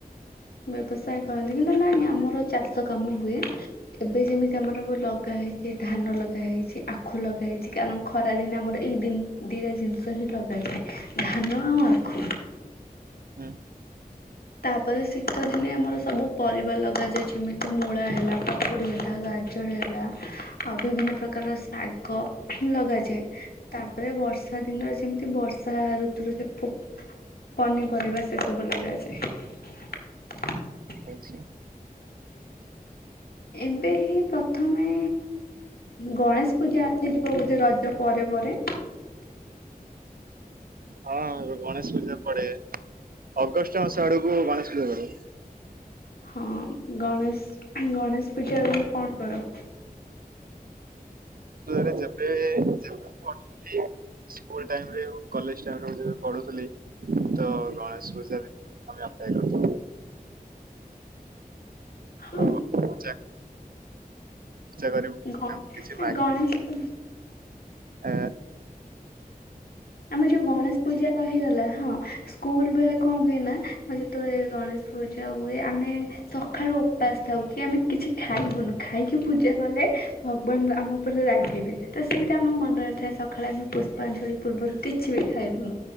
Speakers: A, on the left; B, on the right.
A: ବ୍ୟବସାୟ କରନ୍ତି କିନ୍ତୁ ନାଇ ଆମର ଚାଷ କାମ ହୁଏ ଏବେ ଯେମିତି ଆମର ଲଗା ହେଇଛି ଧାନ ଲଗା ହେଇଛି ଆଖୁ ଲଗା ହେଇଛି କାରଣ ଖରା ଦିନ ଆମର ଏଇ ଦିନ ଦିଟା ଜିନିଷ ହିଁ ଲଗାାଯାଏ ଧାନ ଆଉ ଆଖୁ
B: ହଁ
A: ତାପରେ ଶୀତ ଦିନେ ଆମର ସବୁ ପରିବା ଲଗାଯାଏ ଯେମିତି ମୂଳା ହେଲା କାକୁଡି ହେଲା ଗା ର ହେଲା ଆଉ ବିଭିନ୍ନ ପ୍ରକାର ଶାଗ ଲଗାଯାଏ ତାପରେ ବର୍ଷା ଦିନ ଯେମିତି ବର୍ଷା ଋତୁ ଭିତରେ ପନ୍ ପନିପରିବା ସେ ସବୁ ଲଗାଯାଏ <inaudible>
B: ହଉଛି
A: ଏବେ ହି ପ୍ରଥମେ ଗଣେଶ ପୂଜା ଆସିଯିବ ବୋଧେ ରଜ ପରେ ପରେ
B: ହଁ ଗଣେଶ ପୂଜା ପଡେ ଅଗଷ୍ଟ ମାସ ଆଡକୁ ଗଣେଶ ପୂଜା ପଡେ
A: ହଁ ଗଣେଶ ଗଣେଶ ପୂଜା ତମେ କଣ କର
B: ରେ ଯେବେବେ ଆୁଥିଲ <unintelligible> ସ୍କୁଲ ଟାଇମରେ କଲେଜ ଟାଇମରେ ମୁ ଯେବେ ପଢୁଥିଲି ତ ଗଣେଶ ପୂଜାରେ ଆମେ ଅପେକ୍ଷା କରି
A: ହଁ
B: <unintelligible> କେ ଆସା ସେୟା କରିବୁ
A: ଗଣ
B: ତାଙ୍କୁ
A: ନା
B: କିଛି
A: ଗଣେଶ ପୂଜା
B: ଆ
A: ଆମେ ଯୋଉ ଗଣେଶ ପୂଜା ରହିଗଲା ହଁ ସ୍କୁଲ ବେଳେ କଣ ହୁଏ ନା ଯେତେବେଳେ ଗଣେଶ ପୂଜା ହୁଏ ଆମେ ସକାଳୁ ଉପାସ ଥାଉ କି ଆମେ କିଛି ଖାଇବୁନୁ ଖାଇକି ପୂଜା କଲେ ଭଗବାନ ଆମ ଉପରେ ରାଗିବେ ତ ସେଇଟା ଆମ ମନରେ ଥାଏ ସକାଳେ ଆମେ ପୁଷ୍ପାଞ୍ଜଳି ପୂର୍ବରୁ କିଛି ବି ଖାଇବୁନି